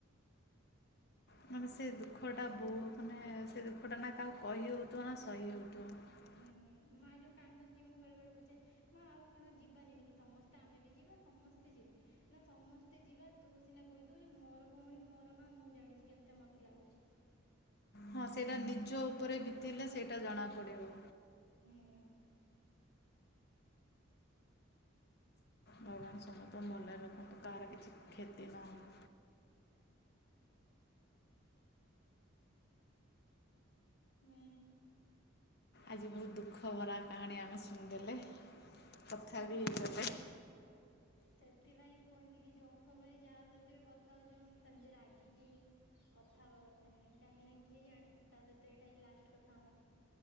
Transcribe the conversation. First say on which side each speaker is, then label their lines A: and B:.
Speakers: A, on the left; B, on the left.
A: ମାନେ ସେ ଦୁଃଖଟା ବହୁ ମାନେ ସେ ଦୁଃଖଟା ନାଁ କାହାକୁ କହିହଉଥିବ ନାଁ ସହି ହେଉଥିବ। ତ
B: ହୁଁ ମା ଯୋଉଁ କାନ୍ଦନ୍ତି ମୁଁ ବେଳେ ବେଳେ ବୁଝାଏ ମା ଆଉ କଣ ଯିବାନି ନି କି ସମସ୍ତେ ଆମେ ବି ଯିବା ସମସ୍ତେ ଯିବା। ନା ସମସ୍ତେ ଯିବା ତୁ ସିନା କହିଦଉଛୁ ମୋର ଭଉଣୀ ମୋର ମା ମୁଁ ଜାଣିଛି କେତେ ମତେ ଲାଗୁଛି। ଝ
A: ହଁ ସେଇଟା ନିଜ ଉପରେ
B: ଠିକ୍
A: ବିତିିଲେ
B: କଥା
A: ସେଇଟା ଜଣା ପଡିବ।
B: ହୁଁ।
A: ଭଗବାନ ସମସ୍ତଙ୍କୁ ଭଲରେ ରଖନ୍ତୁ କାହାର କିଛି କ୍ଷତି ନହଉ।
B: ହୁଁ।
A: ଆଜି ବହୁତ ଦୁଃଖ ଭରା କାହାଣୀ ଆମେ ଶୁ ଦେଲେ କଥା
B: ହଁ
A: ବି ହେଇଗଲେ।
B: ସେଥିପାଇଁ କୁହନ୍ତି କି ଯୋଉଁ ସମୟରେ ଯାହା ରହିଥିବେ କଥା ଜୋଉ ସେମିତି ରାଗିକି କଥା ହବା କଥା ନୁହେଁ କାହିଁକି ନାଁ କିଏ ଜାଣେ ତା ସହିତ ଏଇଟା ହିଁ ଲାଷ୍ଟ କଥା ଆମର।